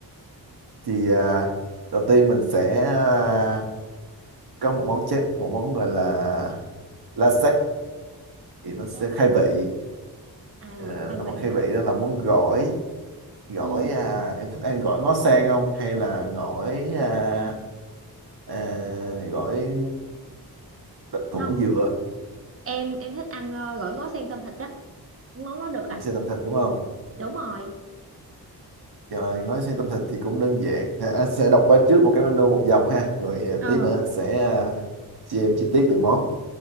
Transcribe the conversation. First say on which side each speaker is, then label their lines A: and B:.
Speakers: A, on the right (about 70°); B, on the right (about 35°).
A: Thì à, đầu tiên mình sẽ à, có một món chép, một món gọi là la thì
B: là
A: nó sẽ
B: set
A: khai vị.
B: à,
A: Ờ,
B: khai
A: nó là
B: vị
A: món khai
B: hả?
A: vị, đó là món gỏi. Gỏi
B: Ừ.
A: à, em thích ăn gỏi ngó sen không? Hay là gỏi à, à, gọi đ- thủ
B: không
A: dừa
B: em em thích ăn ờ, gỏi ngó sen tôm thịt á Cái món nó được á
A: cũng xe tẩm thịt đúng không
B: đúng rồi
A: rồi gói xe tẩm thịt thì cũng đơn giản à, anh sẽ đọc qua trước một cái menu một dòng ha rồi à,
B: ờ
A: tí nữa anh sẽ à, chia em chi tiết từng món